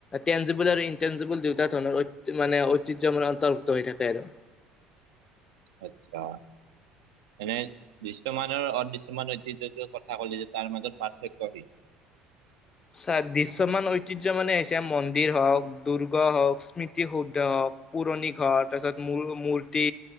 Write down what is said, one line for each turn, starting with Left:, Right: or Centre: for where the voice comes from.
Left: টেনজিবল আৰু ইনটেনজিবল দুয়োটা ধৰণৰ ঐত মানে ঐতিহ্য মান অন্তৰ্ভুক্ত হৈ থাকে আৰু
Right: আচ্ছা এনে দৃশ্যমান আৰু অদৃশ্যমান ঐতিহ্যটো কথা ক'লি যে তাৰ মাজত পাৰ্থক্য কি
Left: চা দৃশ্যমান ঐতিহ্য মানে হৈছে মন্দিৰ হওঁক দূৰ্গ হওক স্মৃতি শুদ্ধ হওক পুৰণি ঘৰ তাৰপিছত মূৰ মূৰ্তি